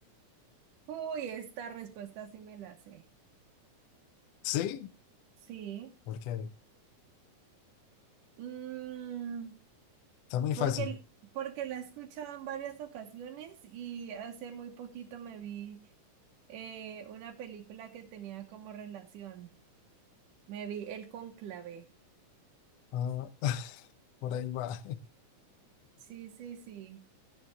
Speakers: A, on the right (about 80°); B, on the left (about 75°).
A: Uy, esta respuesta sí me la sé.
B: ¿Sí?
A: Sí.
B: Porque
A: Mm,
B: está muy
A: Porque,
B: fácil.
A: porque la he escuchado en varias ocasiones y hace muy poquito me vi eh, una película que tenía como relación. Me vi El Cónclave.
B: Ah, <laughs> por ahí va.
A: Sí, sí, sí.